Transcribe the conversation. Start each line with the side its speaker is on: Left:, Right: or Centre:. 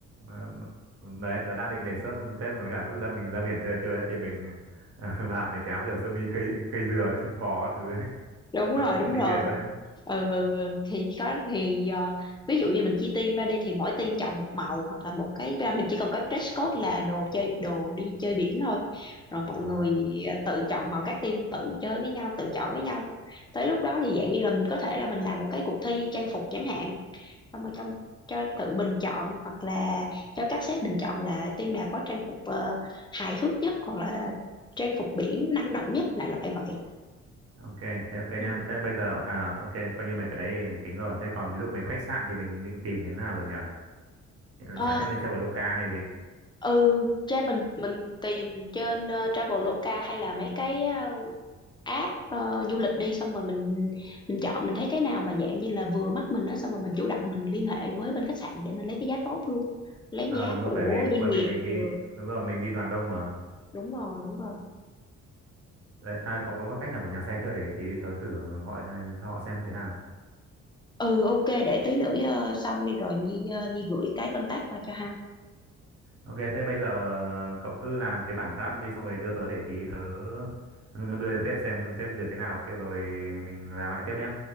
Right: Ờ, đấy tớ đang định đề xuất xếp với cả lúc ra mình ra biển chơi chơi ấy, thì mình <laughs> làm mấy cái áo kiểu sơ mi cây cây dừa chim cò các thứ ấy.
Left: đúng rồi
Right: sao đúng
Left: đúng
Right: kiểu đi
Left: rồi
Right: biển luôn ấy
Left: ừ, ừ, ừ. thì có thì ờ, ví dụ như mình chia team ra đi thì mỗi team chọn một màu hoặc là một cái mình chỉ cần có dress code là đồ chơi đồ đi chơi biển thôi rồi mọi
Right: Ờ,
Left: người ờ, tự chọn màu các team tự chơi với nhau tự chọn với nhau tới lúc đó thì dạng như là mình có thể là mình làm một cái cuộc thi trang phục chẳng hạn xong rồi cho cho tự bình chọn hoặc là cho các sếp bình chọn là team nào có trang phục ờ, hài hước nhất hoặc là trang phục biển năng động nhất đại loại vậy
Right: Ok, thế ok
Left: Ừ.
Right: nhá. Thế bây giờ à ok, coi như mấy cái đấy thì mình tính rồi. Thế còn ví dụ mấy khách sạn thì mình định tìm thế nào được nhở?
Left: Ok.
Right: Chẳng lẽ lên treo vào Loca hay gì?
Left: Ừ, ra mình mình tìm trên uh, Traveloka hay là mấy cái ờ, app ờ, du lịch đi xong rồi mình mình chọn mình thấy cái nào mà dạng như là vừa mắt mình đó xong rồi mình chủ động mình liên hệ với bên khách sạn để mình lấy cái giá tốt luôn. Lấy
Right: Ờ
Left: giá
Right: đúng
Left: của
Right: rồi, bởi vì
Left: doanh
Right: bởi
Left: nghiệp.
Right: vì mình đi
Left: Ừ,
Right: đúng rồi, mình đi đoàn đông mà.
Left: đúng rồi, đúng rồi.
Right: Đấy, à, có có có tách nào của nhà xe chưa để tí tớ thử gọi cho họ xem thế nào.
Left: Ừ ok để tí nữa ờ, xong đi rồi Nhi ờ, Nhi gửi cái contact qua cho ha.
Right: Ok, thế bây giờ cậu cứ làm cái bản draft đi xong rồi đưa tớ để tí tớ <laughs> đưa lên sếp xem sếp duyệt thế nào. Ok rồi mình làm lại tiếp nhá.